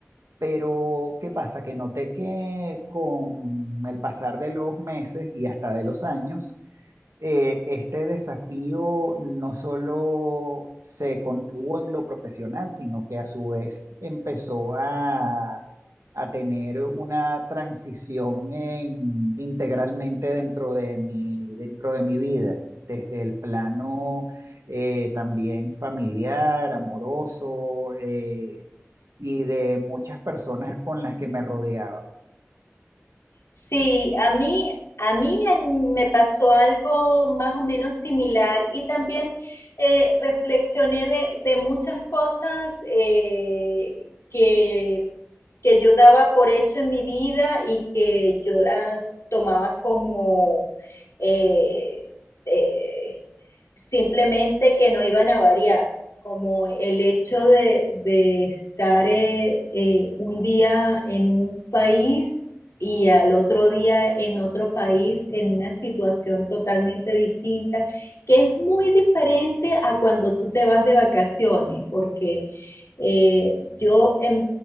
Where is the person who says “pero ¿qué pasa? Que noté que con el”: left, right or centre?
Right